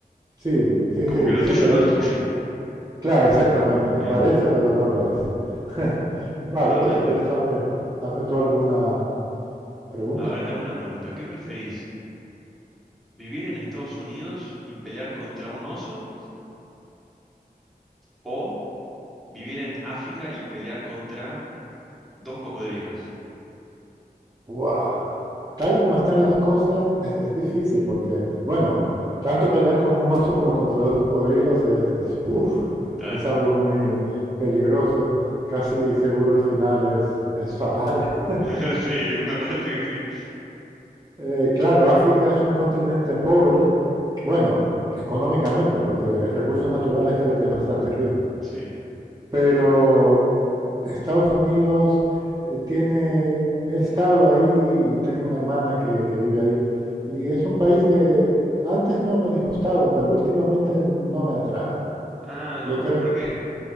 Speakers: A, on the right; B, in the centre.
A: sí, sí,
B: como
A: sí,
B: que lo
A: sí,
B: tuyo
A: que
B: no
A: de-
B: es tuyo.
A: claro, exactamente.
B: Mm,
A: Parece, pero no lo es. <laughs> Vale,
B: totalmente.
A: pues si quieres, hazme, hazme tú alguna pregunta.
B: A ver, te hago una pregunta. ¿Qué preferís? ¿Vivir en Estados Unidos y pelear contra un oso? ¿O Vivir en África y pelear contra dos cocodrilos.
A: Wow, Tal y como están las cosas, es, es difícil porque, bueno, tanto pelear con un oso como contra dos cocodrilos es, es, uf,
B: Claro.
A: es algo muy peligroso. Casi seguro el final es, es fatal. <laughs>
B: <laughs> Sí, me parece que sí.
A: Eh, claro, África es un continente pobre, bueno, económicamente, porque recursos naturales creo que es bastante rico.
B: Sí,
A: pero Estados Unidos eh, tiene, he estado ahí y tengo una hermana que, que vive ahí, y es un país que antes no me disgustaba, pero últimamente no me atrae.
B: Ah,
A: Yo
B: ¿no?
A: creo
B: ¿Por
A: que
B: qué?